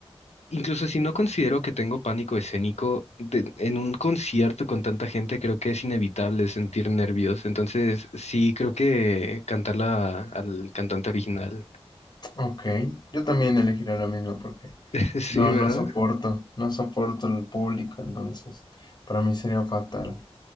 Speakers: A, on the left (about 85°); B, on the left (about 40°).
A: Incluso si no considero que tengo pánico escénico, de- en un concierto con tanta gente creo que es inevitable sentir nervios. Entonces, sí, creo que cantarla al cantante original.
B: ok, yo también elegiré la misma porque...
A: <laughs> Sí,
B: No,
A: ¿verdad?
B: no soporto, no soporto el público, entonces para mí sería fatal.